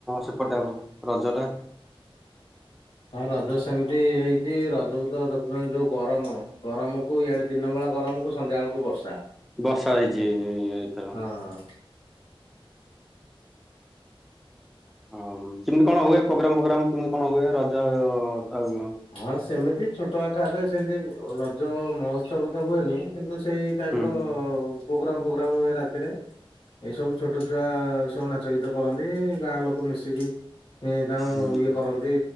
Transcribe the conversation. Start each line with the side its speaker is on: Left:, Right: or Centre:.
Centre: ସେପଟେ ହବ ରଜ ଟା?
Left: ହଁ ରଜ ସେମିତି ହେଇଛି, ରଜକୁ ତ ଦେଖୁଛନ୍ତି ଯୋଉ ଗରମ, ଗରମକୁୁ ଇଆଡେ ଦିନ ବେଳା ଗରମକୁ ସନ୍ଧ୍ୟା ବେଳକୁ ବର୍ଷା।
Centre: ବର୍ଷା ହେଇଛି ଏ ଏ ଏଇଥର।
Left: ହଁ।
Centre: ଆଉଁ କେମିତି କଣ ହୁଏ ପ୍ରୋଗ୍ରାମ୍ ଫୋଗ୍ରାମ୍ କେମିତି କଣ ହୁଏ ରଜର <inaudible>
Left: ହଁ ସେମିତି ଛୋଟ ଆକାରରେ ସେମିତି ରଜ ମହୋତ୍ସବ ତ ହୁଏନି କିନ୍ତୁ ସେଇ ଟାଇପ୍
Centre: ହୁଁ
Left: ର
Centre: ହୁଁ
Left: ପ୍ରୋଗ୍ରାମ୍ ଫୋଗ୍ରାମ୍ ହୁଏ ରାତିରେ। ଏଇ ସବୁ ଛୋଟ ଛୁଆ ସବୁ ନାଚ ଗୀତ କରନ୍ତି। ଗାଁ ଲୋକ ମିଶିକି ଏଁ, ତାଙ୍କୁ
Centre: ହୁଁ
Left: ଇଏ କରନ୍ତି